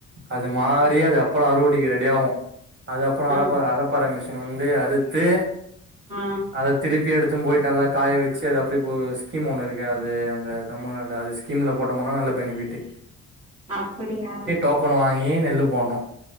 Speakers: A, on the right; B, on the right.
A: அது மாரி
B: ஆ
A: அது அப்பறோ அறுவடைகு ரெடியாவு அது அப்பறோ அளப்ப
B: ஆ
A: அளப் பர மிசின் வந்து அறுத்து
B: ஆ
A: அதத் திருப்பி எடுத் தும் போயிட் நல்லாக் காய வெச்சு அது அப்டிபோ ஸ்கீம் ஒன்னு இருகு அது அந்த தமிழ்நாடு அதுச் கீமிலப் போட்டமனா நல்ல பெனிஃபிட்டு
B: அப்புடியா
A: போக்கோனு வாங்கி நெல்லுப் போன்னு